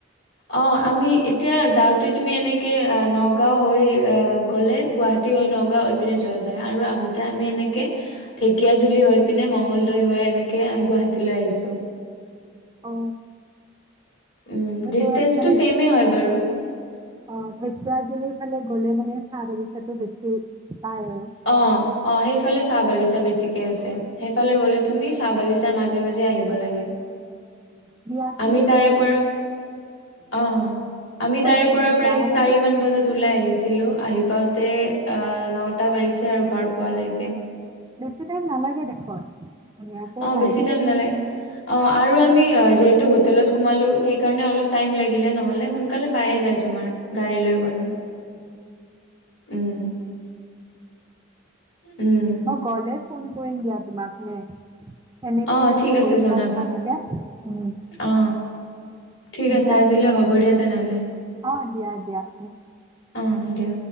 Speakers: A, on the left (about 70°); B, on the right (about 20°).
A: অ আমি এতিয়া যাওঁতে তুমি এনেকে নগাঁও নগাওঁ হৈ আহ গ'লে গুৱাহাটী হৈ নগাওঁ হৈ এই পিনে যোৱা যায় আৰু আহোতে আমি এনেকে ঢেকিয়াজুলি হৈ পিনে মংগলদৈ হৈ এনেকে গুৱাহাটিলৈ আহিছো
B: অ
A: উম
B: সেটো
A: ডিচটেন্সটো
B: মানে
A: ছেমে হয় বাৰু
B: অ ঢেকীয়াজুলি ফালে গলে মানে চাহ বাগিচাটো বেছি পায় আৰু
A: অ অ সেইফালে চাহ বাগিচা বেছিকৈ আছে সেইফালে গ'লে তুমি চাহ বাগিচাৰ মাজে মাজে আহিব লাগে
B: দিয়া চুন
A: আমি
B: তেতিয়া
A: তাৰে
B: হ'লে
A: পৰা অ আমি তাৰে
B: যদি
A: পৰা প্ৰায়
B: যাওঁ
A: চাৰি
B: মানে
A: মান বজাত উলাই আহিছো আহিলো আহি পাওঁতে অ ন টা বাজিছে আৰু ঘৰ পোৱালৈকে
B: বেছি টাইম নালাগে দেখোন ধুনীয়াকে
A: অ
B: পাই
A: বেছি
B: যাম।
A: টাইম নালাগে অঁ আৰু আমি যিহেতু হোটেলত সোমালোঁ সেইকাৰণে অলপ টাইম লাগিলে নহ'লে সোনকালে পায়ে যায় তোমাৰ গাড়ী লৈ গ'লে
B: উম
A: উম উম
B: মই গলে ফোন কৰিম দিয়া তোমাকে এনে
A: অ
B: ক কি
A: ঠিক আছে
B: গৈছা
A: জনাবা
B: তমক উম <inaudible> <unintelligible>
A: অ ঠিক
B: দিয়া
A: আছে আজিলৈ
B: তেতিয়া
A: হ'ব দিয়া তেনেহ'লে
B: অ দিয়া দিয়া উম ।
A: অঁ দিয়া